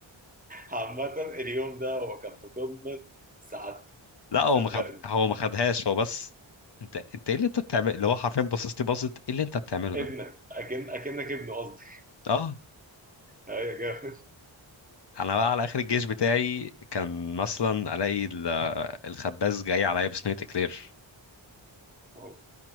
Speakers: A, on the right (about 20°); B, on the left (about 60°).
A: عامة اليوم ده هو كان في قمة سعادته
B: لا هو
A: صدقني
B: ما خد هو ما خدهاش هو بس انت انت ايه اللي انت بتعمله اللي هو حرفيا بصص لي بصت ايه اللي انت بتعمله
A: ابنك
B: ده
A: أكن أكنك ابنه قصدي
B: اه
A: أيوة يا جامد
B: انا بقى على اخر الجيش بتاعي كان مثلا الاقي ال- الخباز جاي عليا بصينيه اكلير
A: واو،